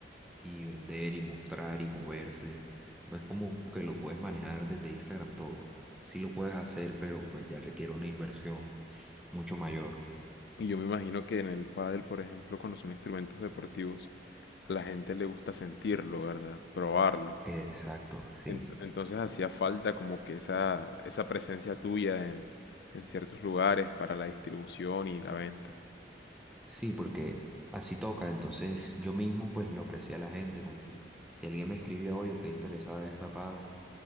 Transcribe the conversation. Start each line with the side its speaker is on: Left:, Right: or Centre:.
Centre: y vender y mostrar y moverse. No es como que lo puedes manejar desde Instagram todo. Sí lo puedes hacer, pero pues ya requiere una inversión mucho mayor.
Left: y yo me imagino que en el pádel, por ejemplo, cuando son instrumentos deportivos, a la gente le gusta sentirlo, ¿verdad? Probarlo.
Centre: Exacto, sí.
Left: Ent- Entonces hacía falta como que esa, esa presencia tuya en, en ciertos lugares para la distribución y la venta.
Centre: Sí, porque así toca. Entonces yo mismo pues le ofrecía a la gente como que si alguien me escribía, oye, estoy interesado en esta pala,